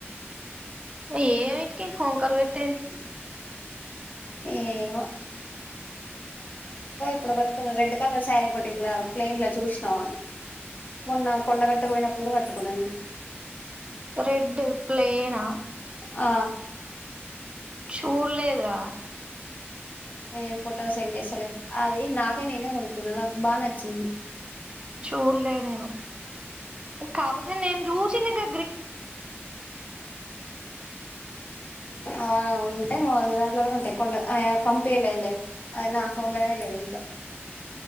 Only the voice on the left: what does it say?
ఏమో అప్పుడు కట్టుకున్న రెడ్ కలర్ శారీ ఒకటి ఇట్లా ప్లెయిన్ లో చూసినావా మొన్న కొండ కట్టుకపోయినప్పుడు కూడా కట్టుకున్నా నేను
ఆ
నేను ఫోటో సెండ్ చేస్తలే అది నాకే నేనే కొనుక్కున్నా నాకు బా నచ్చింది
ఆ ఉంటయ్ మా వొదిన దాంట్లో కూడా ఉంటాయ్ కొండ పంపియాలలే అయినా ఫోన్ లోనే లేవు ఇంకా